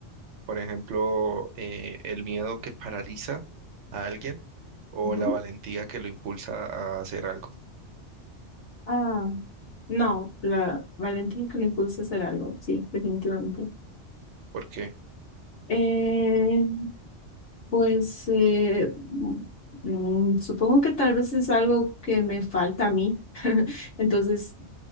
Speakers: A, on the right; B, on the left.
A: por ejemplo, eh, el miedo que paraliza a alguien o
B: ujú.
A: la valentía que lo impulsa a hacer algo.
B: Ah, no, la valentía que le impulsa a hacer algo, sí, definitivamente.
A: Porque
B: Eh, pues eh, mm, supongo que tal vez es algo que me falta a mí. <laughs> Entonces,